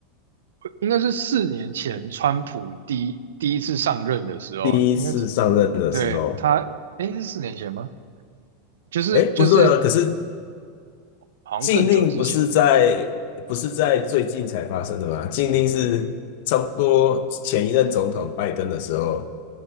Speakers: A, on the right (about 80°); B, on the left (about 65°).
A: 应该是四年前川普第一第一次上任的时候，
B: 第一次上任的时候，
A: 应该是对他，诶，是四年前吗？就是就是
B: 哎，不对啊，可是
A: 好像更久之前。
B: 禁令不是在不是在最近才发生的吗？禁令是差不多前一任总统拜登的时候